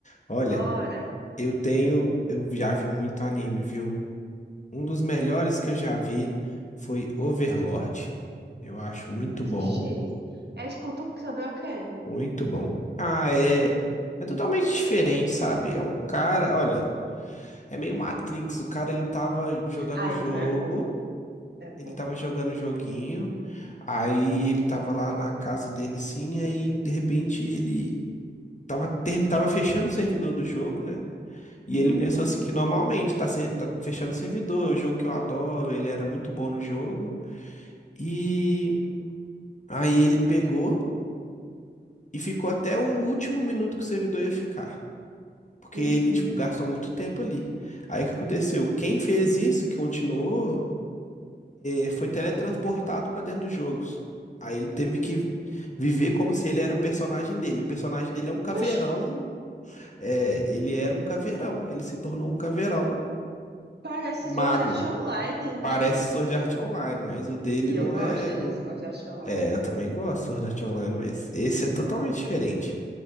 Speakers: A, on the left (about 40°); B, on the right (about 65°).
A: Olha,
B: Bora.
A: eu tenho, eu já vi muito anime, viu? Um dos melhores que eu já vi foi Overlord. Eu acho
B: Nunca
A: muito
B: assisti.
A: bom,
B: É contam sobre o quê?
A: muito bom. Ah, é, é totalmente diferente, sabe? É um cara, olha, é meio Matrix, o cara ele tava jogando
B: Ah,
A: o jogo
B: então é bom. É bom.
A: Ele tava jogando o joguinho, aí ele tava lá na casa dele assim, aí de repente ele tava, ter- tava fechando o servidor do jogo, né? E ele
B: Uhum,
A: pensou assim que normalmente tá, ser- tá fechando o servidor, é o jogo que eu adoro, ele era muito bom no jogo. E aí ele pegou e ficou até o último minuto que o servidor ia ficar. Porque
B: uhum.
A: ele, tipo, gastou muito tempo ali. Aí o que aconteceu? Quem fez isso, que continuou. eh, foi teletransportado pra dentro dos jogos. Aí ele teve que viver como se ele era o personagem dele. O personagem dele é um caveirão.
B: Oxe,
A: É, ele era um caveirão. Ele se tornou um caveirão
B: parece
A: mago.
B: Sword Art Online, né?
A: Parece
B: Isso.
A: Sword Art Online, mas o dele
B: E
A: não
B: eu gosto
A: é.
B: né,
A: Não...
B: de Sword Art Online.
A: É, eu também gosto de Sword Art Online, mas esse é totalmente diferente.